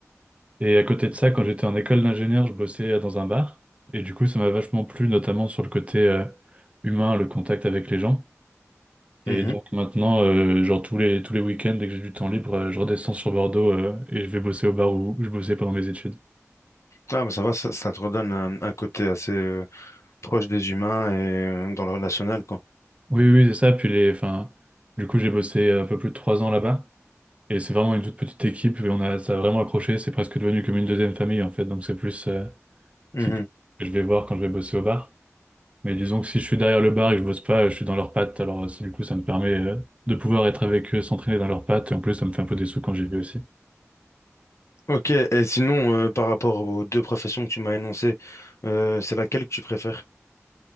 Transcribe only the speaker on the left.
Mhm.
Ah, bah ça va, ça, ça te redonne un, un côté assez euh, proche des humains et euh, dans le relationnel, quoi.
Mhm.
Ok, et sinon, euh, par rapport aux deux professions que tu m'as énoncées, euh, c'est laquelle que tu préfères?